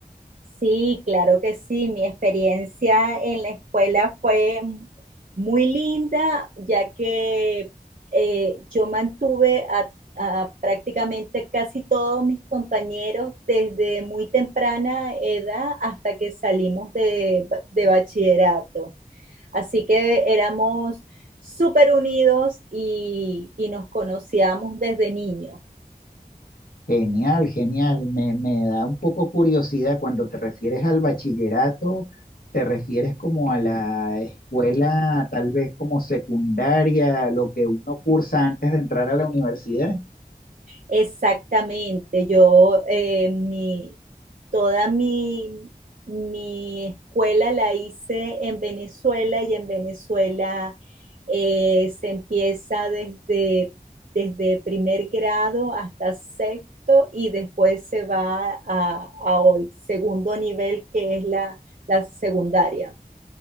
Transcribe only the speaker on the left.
Genial, genial. Me, me da un poco curiosidad cuando te refieres al bachillerato, te refieres como a la escuela, tal vez como secundaria, lo que uno cursa antes de entrar a la universidad.